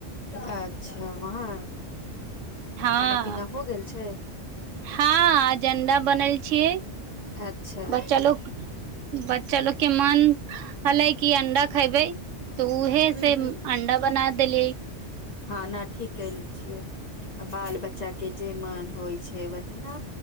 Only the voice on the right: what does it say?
हाँ
हँ
हाँ एजंडा बनल छियै
बच्चा लोक बच्चा लोक के मन छलै की अंडा खेबै त उहे
से अंडा बनात देलियै